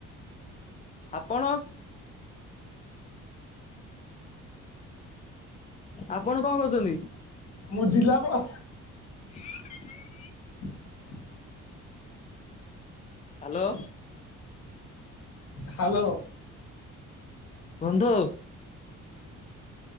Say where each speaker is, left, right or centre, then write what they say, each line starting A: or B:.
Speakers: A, on the left; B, on the left.
A: ଆପଣ? ଆପଣ କଣ କରୁଛନ୍ତି?
B: ମୁଁ ଜିଲାପାଳ।
A: <inaudible>
B: <inaudible>
A: ହାଲୋ।
B: ହାଲୋ।
A: ବନ୍ଧୁ।